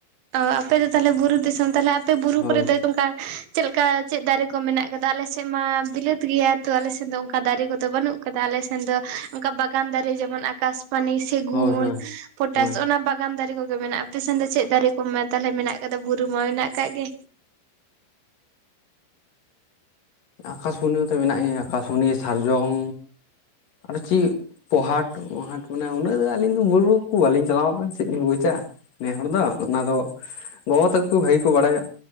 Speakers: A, on the right; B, on the left.
A: ᱚ ᱟᱯᱮ ᱫᱚ ᱛᱟᱦᱚᱞᱮ ᱵᱩᱨᱩ ᱫᱤᱥᱚᱢ ᱛᱟᱦᱞᱮ ᱟᱯᱮ ᱵᱩᱨᱩ
B: ᱦᱳᱭ
A: ᱠᱚᱨᱮ ᱫᱚ ᱚᱱᱠᱟ ᱪᱮᱫ ᱞᱮᱠᱟ ᱪᱮᱫ ᱫᱟᱨᱮ ᱠᱚ ᱢᱮᱱᱟᱜ ᱟᱠᱟᱫᱟ? ᱟᱞᱮ ᱥᱮᱫ ᱢᱟ ᱵᱤᱞᱟᱹᱛ ᱜᱮᱭᱟ ᱛᱚ ᱟᱞᱮ ᱥᱮᱫ ᱫᱚ ᱚᱱᱠᱟ ᱫᱟᱨᱮ ᱠᱚᱫᱚ ᱵᱟᱹᱱᱩᱜ ᱟᱠᱟ ᱚᱱᱠᱟ ᱟᱞᱮ ᱥᱮᱱ ᱫᱚ ᱚᱱᱠᱟ ᱵᱟᱜᱟᱱ ᱫᱟᱨᱮ ᱡᱮᱢᱚᱱ ᱟᱠᱟᱥᱯᱟᱱᱤ᱾ ᱥᱮᱜᱩᱱ
B: ᱦᱳᱭ ᱦᱳᱭ
A: ᱯᱚᱴᱟᱥ
B: ᱦᱳᱭ
A: ᱚᱱᱟ ᱵᱟᱜᱟᱱ ᱫᱟᱨᱮ ᱠᱚᱜᱮ ᱢᱮᱱᱟᱜᱼᱟ᱾ ᱟᱯᱮ ᱥᱮᱱ ᱫᱚ ᱪᱮᱫ ᱫᱟᱨᱮ? ᱫᱚᱢᱮ ᱛᱟᱦᱚᱞᱮ ᱢᱮᱱᱟᱜ ᱟᱠᱟᱫᱟ ᱵᱩᱨᱩ ᱢᱟ ᱢᱮᱱᱟᱜ ᱟᱠᱟᱫ ᱜᱮ᱾
B: ᱟᱠᱟᱥᱢᱩᱱᱤ ᱢᱟᱛᱚ ᱢᱮᱱᱟᱜ ᱜᱮ ᱟᱠᱟᱥᱢᱩᱱᱤ ᱥᱟᱨᱡᱚᱢ ᱟᱨᱚ ᱪᱮᱫ? ᱯᱳᱦᱟᱴ ᱯᱳᱦᱟᱴ ᱢᱟᱱᱮ ᱩᱱᱟᱹᱜ ᱫᱚ ᱟᱹᱞᱤᱧ ᱫᱚ ᱵᱩᱨᱩ ᱠᱚ ᱵᱟᱟᱹᱞᱤᱧ ᱪᱟᱞᱟᱣᱟ ᱪᱮᱫ ᱞᱤᱧ ᱵᱩᱡᱟ? ᱱᱮ ᱦᱚᱲ ᱫᱚ ᱚᱱᱟ ᱫᱚ ᱜᱚᱜᱚ ᱛᱟᱠᱚ ᱠᱚ ᱵᱷᱟᱹᱜᱤ ᱠᱚ ᱵᱟᱲᱟᱭᱟ᱾